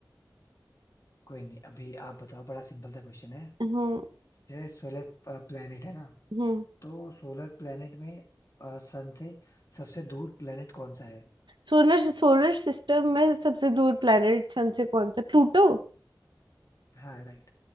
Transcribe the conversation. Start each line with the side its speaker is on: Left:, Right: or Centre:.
Left: कोई नहीं अभी आप बताओ बड़ा सिंपल सा क्वेश्चन है
Right: हम्म
Left: जैसे सोलर प्लेनेट है ना
Right: हम्म
Left: तो सोलर प्लेनेट में सन से सबसे दूर प्लेनेट कौन सा है
Right: सोलर सोलर सिस्टम में सबसे दूर प्लेनेट सन से कौन सा प्लूटो
Left: हाँ राइट